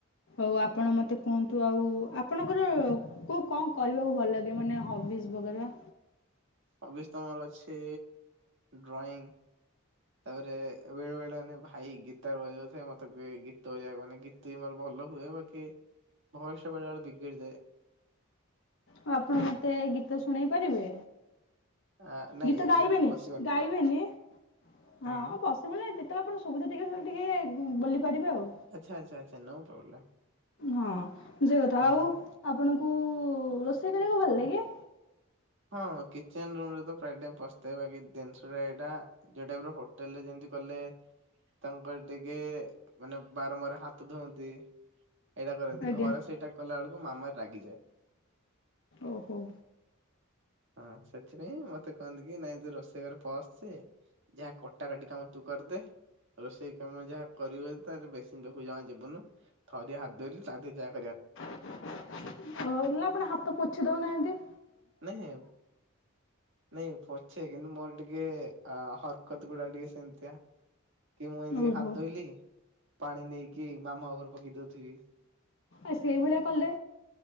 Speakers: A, on the left (about 65°); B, on the right (about 60°).
A: ଆଉ ଆପଣ ମୋତେ କୁହନ୍ତୁ ଆଉ ଆପଣଙ୍କର କୋଉ କଣ କରିବାକୁ ଭଲ ଲାଗେ ମାନେ ହବିଜ ବଗେରା?
B: ହବିସ ତ ମୋର ଅଛି ଡ୍ରଇଂ ତାପରେ ବେଳେ ବେଳେ ମାନେ ଭାଇ ଗୀତ ବଜାଉଥାଏ ମତେ ଗୀତ ବଜେଇବାକୁ ମାନେ ଗୀତ ବି ମୋର ଭଲ ହୁଏ ବାକି ଭୟସ ବେଳେ ବେଳେ ବିଗିଡିଯାଏ।
A: ଆ ଆପଣ ମତେ ଗୀତ ଶୁଣେଇ ପାରିବେ।
B: ଆ ନାଇଁ
A: ଗୀତ
B: ଏବେ
A: ଗାଇବେନି
B: ତ ପସିବଲ
A: ଗାଇବେନି
B: ନୁହଁ
A: ହଁ
B: ହୁଁ
A: ପସିବୁଲ ନାଇଁ ଯେତେବେଳେ ଆଣ ସୁବିଧା ଟିକେ ଟିକେ ବୋଲି ପାରିବେ ଆଉ
B: ଆଚ୍ଛା ଆଚ୍ଛା ଆଛା ନୋ ପ୍ରୋବ୍ଲେମ୍।
A: ହଁ। ବୁଝିବା କଥା
B: ହଁ।
A: ଆଉ ଆପଣ ଓ ଓ ରୋଷେଇ କରିବାକୁ ଭଲ ଲାଗେ।
B: ହଁ କିଚେନ ରୁମରେ ପ୍ରାୟ ଟାଇମ୍ ପସିଥାଏ ବାକି ଜିନିଷ ଏଟା ଯୋଉଟା ହୋଟେଲରେ ଯେମତି କଲେ ତାଙ୍କର ଟିକେ ମାନେ ବାରମ୍ବାର ହାତ ଧୁଅନ୍ତି। ଏଇଟା କରନ୍ତି
A: ଆଜ୍ଞା
B: ଘରେ ସେଇଟା କଲା ବେଲୁ ମୋ ମାମା ରାଗିଯଏ।
A: ଓହୋ।
B: ହଁ ସେଥିପାଇଁ ମୋତେ କହନ୍ତି କି ନାଇଁ ତୁ ରୋଷେଇ ଘରେ ପସେ, ଯାହା କଟାକଟି କାମ ତୁ କରିଦେ, ରୋଷେଇ କାମ ଯାହା କରିବ ତାଲେ ବେସିନ୍ ପାଖକୁ ଜମା ଯିବୁନୁ, ଥରିଏ ହାତ ଧୋଇଲୁ ତା ଦେହେ ଯା
A: ମୁଁ କହିଲି ନା ଆପଣ ହାତ ପୋ ଛି ଦଉ ନାହାଁନ୍ତି।
B: ନାହିଁ ନାଇଁ ପଛେ କିନ୍ତୁ ମୋର ଟିକେ ଆ, ହରକତ ଗୁଡା ଟିକେ ସେମିତିଆ। କି ମୁଁ ଏମିତି
A: ଓହୋ
B: ହାତ ଧୋଇଲି ପାଣି ନେଇକି ମାମା ଉପରୁ ପକେଇ ଦୋଉଥିବି।
A: ଏ ସେଇଭଳିଆ କଲେ